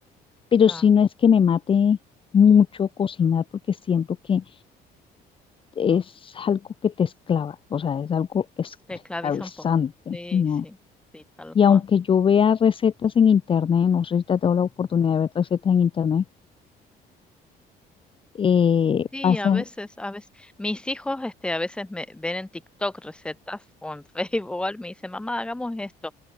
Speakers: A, on the left (about 30°); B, in the centre.
A: Pero
B: claro,
A: si no es que me mate mucho cocinar porque siento que es algo que te esclava, o sea, es algo esclavizante,
B: te esclaviza un poco. Sí,
A: ¿no?
B: sí, sí, tal
A: Y
B: cual.
A: aunque yo vea recetas en internet, no sé si te has dado la oportunidad de ver recetas en internet, eh,
B: Sí,
A: pasa,
B: a veces, a veces, mis hijos, este, a veces me ven en TikTok recetas o en <laughs> Facebook, o algo, me dicen, mamá, hagamos esto.